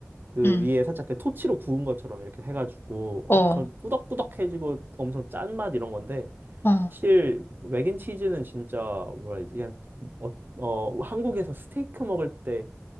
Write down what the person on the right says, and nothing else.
그
위에 살짝 그 토치로 구운 것처럼 이렇게 해가지고, 엄청
꾸덕꾸덕해지고, 엄청 짠 맛 이런 건데,
사실, 뭐 맥앤치즈는 진짜, 뭐라 해야 되지? 그냥, 어, 어, 한국에서 스테이크 먹을 때,